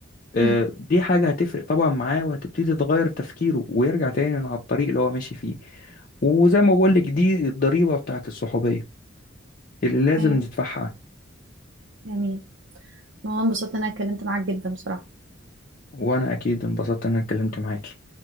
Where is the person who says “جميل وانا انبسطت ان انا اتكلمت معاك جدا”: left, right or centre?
Right